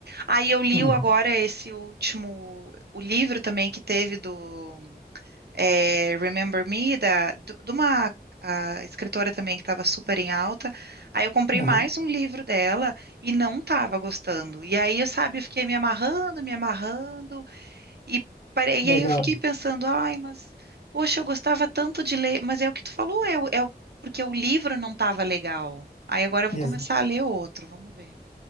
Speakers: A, on the right; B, on the left.
A: Aí eu li
B: hum.
A: o- agora esse último, o livro também que teve do é, Remember Me, da, do- de uma ah, escritora também que estava super em alta. Aí eu comprei
B: Aham.
A: mais um livro dela e não estava gostando. E aí, eu, sabe, eu fiquei me amarrando, me amarrando, e, parei,
B: Legal.
A: e aí eu fiquei pensando, ai, mas, poxa, eu gostava tanto de ler, mas é o que tu falou, é, o- é o- porque o livro não estava legal. Aí agora eu vou
B: Mesmo.
A: começar a ler outro, vamos ver.